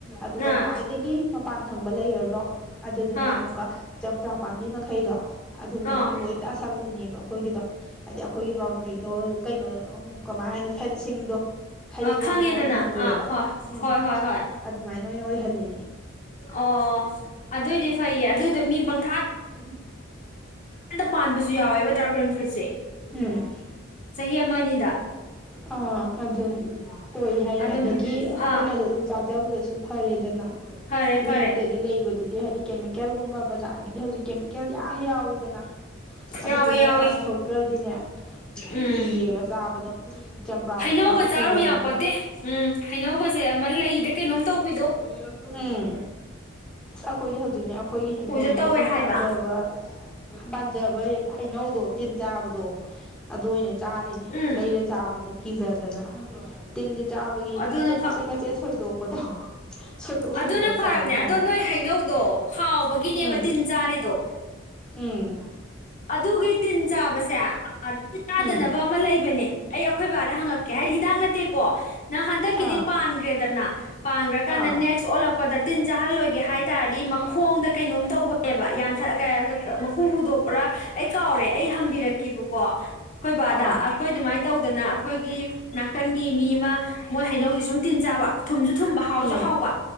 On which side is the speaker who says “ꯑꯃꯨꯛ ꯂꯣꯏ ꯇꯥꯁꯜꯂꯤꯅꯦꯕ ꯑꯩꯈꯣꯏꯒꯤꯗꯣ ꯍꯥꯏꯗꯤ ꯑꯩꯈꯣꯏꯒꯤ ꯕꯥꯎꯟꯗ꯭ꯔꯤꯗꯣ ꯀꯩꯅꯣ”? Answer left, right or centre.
Centre